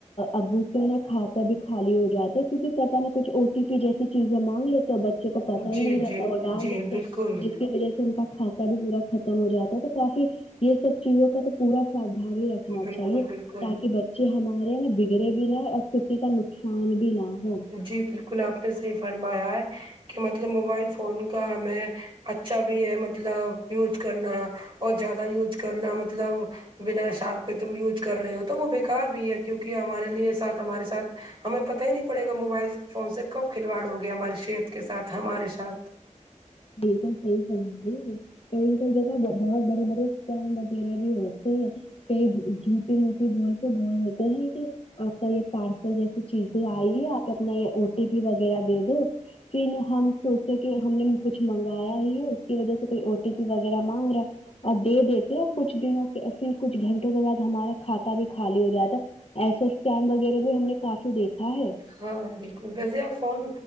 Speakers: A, on the left; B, on the right.
A: ابو کا نا کھاتہ بھی خالی ہو جاتا ہے کیونکہ پتہ نہیں کچھ او ٹی پی جیسی چیزیں مانگ لیتے ہو بچے کو پتا ہی
B: جی
A: نہیں رہتا
B: جی
A: وہ ڈال
B: جی
A: دیتے
B: بالکل
A: جس کی وجہ سے ان کا کھاتا بھی پورا ختم ہو جاتا ہے تو کافی یہ سب چیزوں کا تو پورا سادگی میں رکھنا
B: بالکل
A: چاہیے
B: بالکل
A: تاکہ ب جی ہمارے نا بگڑے بھی نہ اور کسی کا نقصان بھی نہ ہو
B: جی بالکل آپ نے صحی فرمایا ہے کہ مطلب موبائل فون کا ہمیں اچھا بھی ہے مطلب یوز کرنا ہے اور زیادہ یوز کرنا مطلب بنا شاک کے تم یوج کر رہے ہو تو وہ بےیکار بھی ہے کیونکہ ہمارے لیے ساتھ ہمارے ساتھ ہمیں پت ہی نہیں پڑے گا موبائل فون سے کب کھلواڑ ہو گیا ہمارے شت کے سات ہمارے ساتھ
A: ٹھیک ہے صحیح کرا گ کئی کئی جگہ بہت بڑے بڑے بڑے اسٹینگ وغیرہ بھی ہوتے ہیں ک جھوٹٹی موٹے بول کے بول دیتے ہیں کہ آپ کا یہ پارسل جیسی چیزیں آئی ہے آپ اپنا یہ او ٹی پی وغیرہ دے دو پھر ہم سوچتے کہ ہم نے کچھ منگایا ہی ہے اس کی وجہ سے کوئی او ٹی پی وغیرہ مانگ رہا ہے اور دے دیتے اور کچھ دنوں کے اور پھر کچھ گھنٹوں کے بعد ہمارا کھاتا بھی خالی ہو جاتا ایسے اسکم وغیرہ بھی ہم نے کافی دیکھا ہے
B: ہاں بالکل ویسے آپ فون